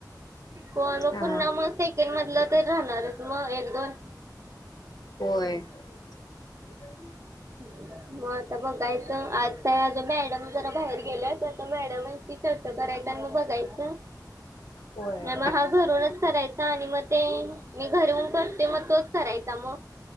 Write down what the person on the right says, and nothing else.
पणग
पुन्हा मग सेकंड मधलं तर राहणारच मग एक दोन.
मग आता बघायचं आज काय अगं मॅडम. जरा बाहेर गेल तर मॅडमची चर्चा करायचा आणि मग बघायच.
नाही मग हा घरूनच करायचा आणि मग. ते मी घरी येऊन करते मग तोच करायचा मग